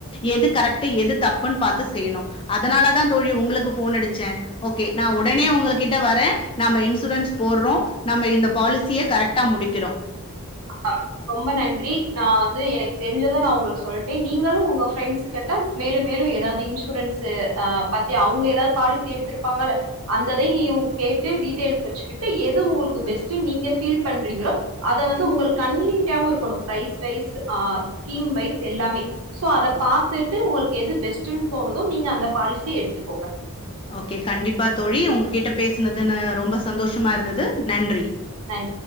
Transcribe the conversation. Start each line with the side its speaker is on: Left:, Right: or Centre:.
Left: எது கரெக்ட் எது தப்புன்னு பாத்து செய்ணு அதனால தா தோழி உங்ளுக்கு ஃபோன் அடிச்ச ஓகே நா ஒடனே உங்களுகிட்ட வர நாம இன்சூரன்ஸ் போடுறோ நம்ம இந்த பாலிசிய கரெக்டா முடிக்கிறோ
Right: ம் ஆ ரொம்ப நன் றி நா வந்து எனக்கு தெரிஞ்சத நா உங்ளுக் சொல்டே நீங்களு உங்க ஃரெண்ட்ஸ் கிட்ட மேலு மேலு ஏதாது இன்சூரன்ஸு ஆ பத்தி அவ்ங்க ஏதாது பாலிசி எடுத்திருப்பாங்கல்ல அந்ததையு கேட்டு டீட்டெயல்ஸ் வச்சுக்கிட்டு எது உங்ளுக்கு பெஸ்ட்டு நீங்க ஃபீல் பண்றீங்களோ அத வந்து உங்களுக்கு கன்வீனியன்டாவு இருக்கணு பைஸ் வைஸ் ஆ ஸ்கீம் வைஸ் எல்லாமே சோ அத பாத்துட்டு உங்ளுக்கு எது பெஸ்டுனு தோணுதோ நீங்க அந்த பாலிசி எடுத்துக்கோங்க
Left: ஓகே கண்டிப்பா தோழி உங்ககிட்ட பேசுனதுனு ரொம்ப சந்தோஷமாக இருந்தது நன்றி
Right: நன்றி